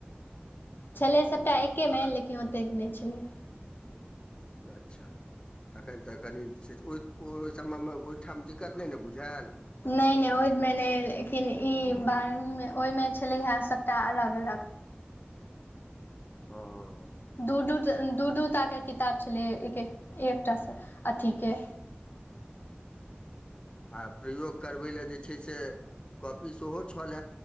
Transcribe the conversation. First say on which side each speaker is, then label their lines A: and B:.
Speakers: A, on the left; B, on the left.
A: छलै
B: अच्छा
A: सबटा एकेमे
B: अहाँ
A: लेकिन ओतेक नै छलै।
B: तऽ अच्छा तखन तऽ कनि जे छै से ओय समय मे ओहिठाम दिक्कत नै ने बुझायल
A: नै नै ओईमे नै लेकिन ई बारहवीं मे ओइमे छलै हे सबटा अलग अलग
B: ओऽ
A: दू दू दू दूटा ता हे किताब छलै एक एकटासँ अथीके,
B: आ प्रयोग करबै लए जे छै से कॉपी सेहो छल